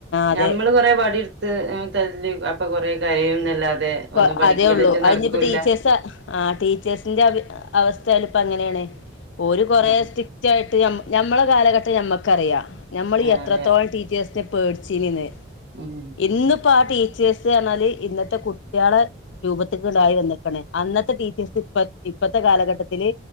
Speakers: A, on the left (about 65°); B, on the right (about 60°).
A: അതെ
B: ഞമ്മള് കൊറെ വടി എടുത്ത് തല്ലി അപ്പൊ കൊറേ കരയുംന്നല്ലാതെ
A: ഇപ്പോ
B: ഒന്നും പഠിക്കലേറ്റെ
A: അതേ ഉള്ളൂ
B: നടക്കൂല്ല.
A: അതിഞ്ഞീപ്പോ ടീച്ചേഴ്‌സ് ആഹ് ടീച്ചേഴ്സിന്റെ അവ അവസ്ഥ ചെലപ്പ അങ്ങനെയാണേ ഓരു കൊറെ
B: ആ
A: സ്റ്റി ക്റ്റായിട്ട് ഞമ്മളെ കാലഘട്ടം ഞമ്മക്കറിയാം ഞമ്മള്
B: ആ ആ
A: ഈ എത്രത്തോളം
B: അറിയാം.
A: ടീച്ചേഴ്സ് സ്നെ പേടിച്ചീനിന്ന്
B: ഉം
A: ഇന്നിപ്പോ ആ ടീച്ചേഴ്സ് പറഞ്ഞാല് ഇന്നത്തെ കുട് ട്ടികളെ രൂപത്തികൂടായി വന്നേക്കണ് അന്നത്തെ ടീച്ചേഴ്സ് ഇപ്പ ഇപ്പത്തെ കാലഘട്ടത്തില്